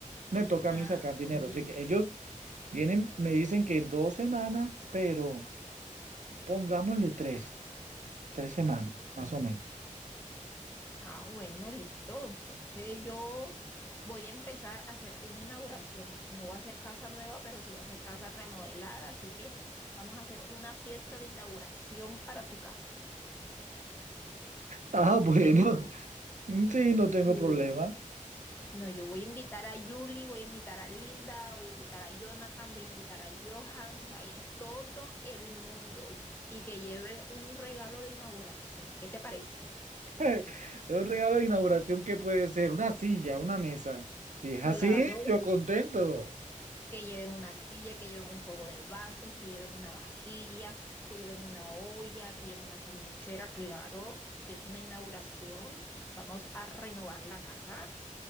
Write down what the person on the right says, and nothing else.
Me toca
a mí sacar dinero.
Así que ellos vienen, me dicen que dos semanas, pero pongámosle tres, tres semanas, más o menos.
Ah,
bueno,
<laughs> sí, no
tengo problema.
<laughs> Es un regalo de inauguración que puede ser una silla, una mesa. Si es
así, yo contento.